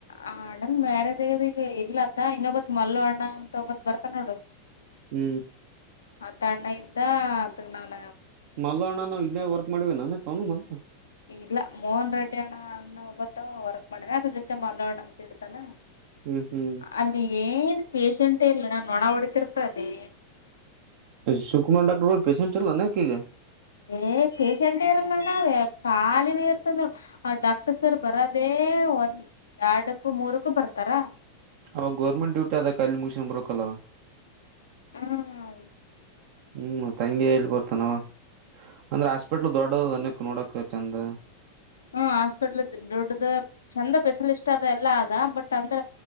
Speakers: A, on the left; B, on the right.
A: ಆ ಅಣ್ಣನ್ ಮ್ಯಾರೇಜ್ ಆಗದ ಈಗ ಇಲ್ಲತ್ತ ಇನ್ನೊಬ್ತ್ ಮಲ್ಲ ಅಣ್ಣ ಅಂತ ಒಬ್ಬತ್ ಬರ್ತ ನೋಡು
B: ಹ್ಮ್
A: ಆ ತ ಅಣ್ಣ ಇದ್ದ ಅದಗ್ ನಾನ
B: ಮಲ್ ಅಣ್ಣನ ಇಲ್ಲೇ ವರ್ಕ್ ಮಾಡಿವ ನಾನ ಕ ಅವನು ಮಲ್
A: ಇಲ್ಲ ಮೋಹನ್ ರೆಡ್ಡಿ ಅಣ್ಣ ಅನ್ನ ಒಬ್ಬತ್ತ ವರ್ಕ್ ಮಾಡೇನ ಅದ್ರ ಜೊತೆ ಮಲೋಣ್ಣ ಅಂತ ಇರ್ತಾನ
B: ಹ್ಮ್ ಹ್ಮ್
A: ಅಲ್ಲಿ ಏ ಪೇೇಶಂಟೇ ಇಲ್ಲ ನಾು ಒಣ ಹೊಡತಿರ್ತ ಅದೇ
B: ಸುಕುಮಾರ್ ಡಾಕ್ಟರ್ ಪೇಸೆಂಟ್ ಎಲ್ಲ ನೇಕಿಗೆ
A: ಏ ಪಸಂಡೇರ ನಡ ಕಾಾಲ ನೀರ್ತ ಹ ಡಾಕ್ಟರ್ ಸರ್ ಬರದು ಅದೇ ಒಂದ್ ಎರಡಕ್ಕೂ ಮೂರಕ್ಕೂ ಬರ್ತಾರ
B: ಅವಾಗ ಗೌರ್ಮೆಂಟ್ ಡ್ಯೂಟಿ ಆದ ಕಖಾಲಿ ಮುಗಸ ಬರಕಲ್ಲ
A: ಹ್ಮ್ ಹ್ಮ್
B: ಹ್ಮ್ ತಂಗಿ ಹೇಳಳ್ ಬರ್ತನಾವ ಅಂದ್ರ ಹಾಸ್ಪಿಟ್ಲ್ ದೊಡ್ಡದ ಅನಕ್ ನೋಡಕ್ ಚಂದ
A: ಹ್ಮ ಹಾಸ್ಪಿಟ್ಲ್ ದೊಡ್ಡದು ಚಂದ ಸ್ಪೆಷಲಿಸ್ಟ್ ಅದ ಎಲ್ಲಾ ಅದ ಬಟ್ ಅಂದ್ರ